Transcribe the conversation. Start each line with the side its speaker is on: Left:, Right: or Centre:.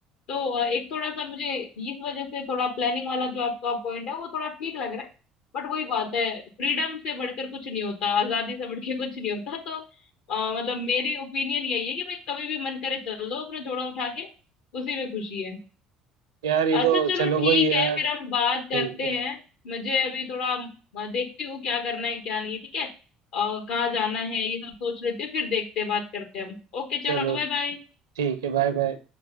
Left: तो अ, एक थोड़ा सा मुझे इस वजह से थोड़ा प्लानिंग वाला जो आपका पॉइंट है वो थोड़ा ठीक लग रहा है बट वही बात है फ्रीडम से बढ़कर कुछ नहीं होता आजादी से बढ़कर कुछ नहीं होता तो अ, मतलब मेरी ओपिनियन यही है कि भाई कभी भी मन करे चल दो अपना जोड़ा उठा के उसी में खुशी है
Right: यार ये
Left: अच्छा
Right: तो
Left: चलो
Right: चलो
Left: ठीक
Right: वही है यार
Left: है फिर हम बात
Right: ठीक
Left: करते
Right: है
Left: हैं मुझे अभी थोड़ा अ, देखती हूँ क्या करना है क्या नहीं ठीक है और कहाँ जाना है ये सब सोच लेते हैं फिर देखते हैं बात करते हैं हम ओके
Right: चलो
Left: चलो बाय बाय
Right: ठीक है बाय बाय